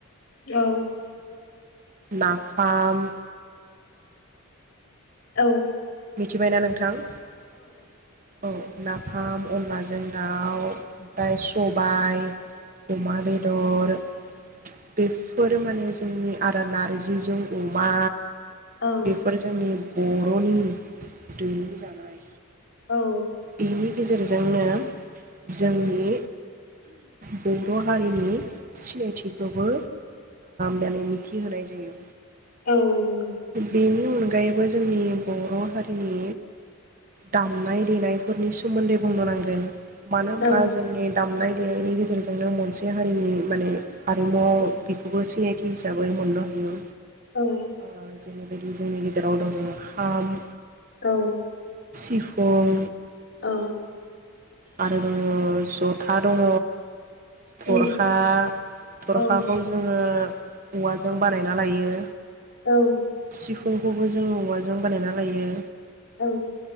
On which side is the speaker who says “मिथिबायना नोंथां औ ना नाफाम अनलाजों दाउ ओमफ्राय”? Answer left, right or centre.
Right